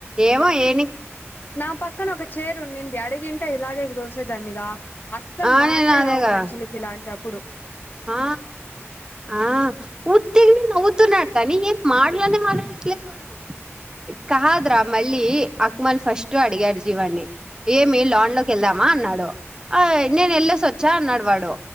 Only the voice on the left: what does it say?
నా పక్కన ఒక చీర ఉంది. అదిగింట ఇలాగే దన్నురా అస్సలు
మాటలే
రావు మనుషులకి ఇలాంటిప్పుడు